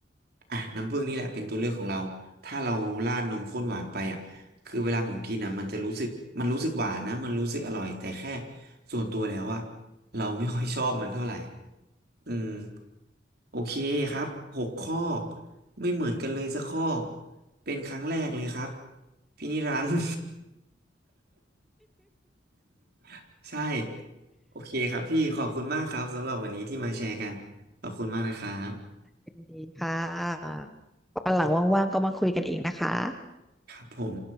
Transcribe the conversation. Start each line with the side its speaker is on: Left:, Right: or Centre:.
Right: อ่ะน้ำผึ้งนี่แหละเป็นตัวเลือกของเรา ถ้าเราราดนมข้นหวานไปอ่ะคือเวลาผมกินอ่ะมันจะรู้สึกมันรู้สึกหวานนะมันรู้สึกอร่อยแต่แค่ส่วนตัวแล้วอ่ะเราไม่ค่อยชอบมันเท่าไหร่อืมโอเคครับหกข้อไม่เหมือนกันเลยสักข้อเป็นครั้งแรกเลยครับพี่นิรันดร์ <laughs> ใช่โอเคครับพี่ขอบคุณมากครับสำหรับวันนี้ที่มาแชร์กันขอบคุณมากนะครับ
Centre: ยินดีค่ะวันหลังว่างๆก็มาคุยกันอีกนะคะ
Right: ครับผม